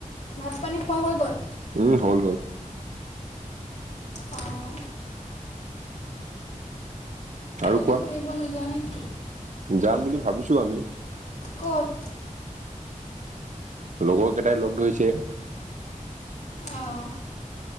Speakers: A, on the left; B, on the right.
A: ভাত পানী খোৱা হৈ গ'ল?
B: উম হ'ল হ'ল।
A: অঁ
B: আৰু
A: ক'তো
B: কোৱা?
A: ফুৰিব নোযোৱা নেকি?
B: যাম বুলি ভাবিছো আমি।
A: ক'ত?
B: লগৰ কেইটাই লগ ধৰিছে।
A: অঁ